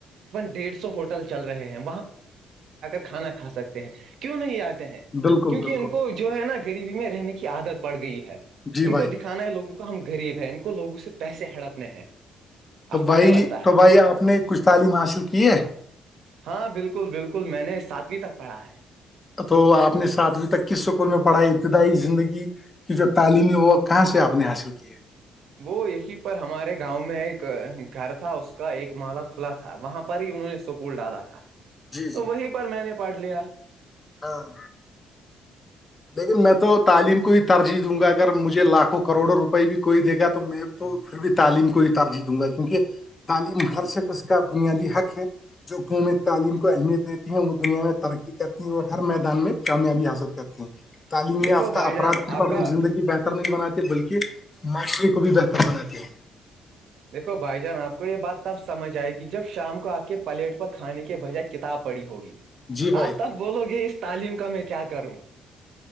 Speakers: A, on the right; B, on the left.
A: ڈیڑھ سو ہوٹل چل رہے ہیں کھانا کھا سکتے ہیں کیوں نہیں آتے ہیں
B: بالکل
A: کیونکہ
B: بالکل
A: ان کو جو ہے نا غریبی میں رہنے کی عادت پڑ گئی ہے
B: جی
A: ان کو
B: بھائی
A: دکھا کانا ہے لوگوں کو ہم غریب ہے ان کو لووں سے پیسے ہڑپنے ہیں
B: تو
A: آپ کو
B: بھائی
A: کیا لگتا
B: تو
A: ہے
B: بھائی آپ نے کچھ تعلیم حاصل کی ہے
A: ہاں بالکل بالکل میں نے ساتویں تک پڑھا ہے
B: تو آپ نے ساتویں تک کس اسکول میں پڑھائی ابتدائی زندگی کی جو تعلیمی وقت کہاں سے آپ نے حاصل کی ہے
A: وہ یہی پر ہمارے گاؤں میں ایک گھر تھا اس کا ایک مالا کھلا تھا وہاں پر ہی انہوں نے اسکول ڈالا تھا
B: جی جی
A: تو وہی بھی پر میں نے پڑھ لیا
B: ہاں لیکن میں تو تعلیم کو بھی ترجیح دوں گا اگر مجھے لاکھوں کروڑوں روپئے بھی کوئی دے گا تو میں تو بھی تعلیم کو ہی ترجیح دوں گا کیونکہ تعلیم خر سے کا بنیادی حق ہے جو قووم تعلیم کو اہمیت دیتی ہے وہ دنیا میں ترقی کر اور ہر میدان میں کامیابی حاصل کرتی ہیں تعلیم
A: دیکھو
B: یافتہ
A: بھائی
B: اپفراد
A: جان آپ
B: صرف اپنی
A: کا
B: زندگی بہتر نہیں بناتے بلکہ معاشرے کو بھی بہتر بناتی ہیں
A: دیکو بھائی جان آپ کو یہ بات تب سمجھ آئے گی جب شام کو آپ کے پلیٹ پر کھانے کے بجائے کتاب پڑی ہوگی
B: جی بھائی
A: آپ تب بولو گے اس تعلیم کا میں کیا کروں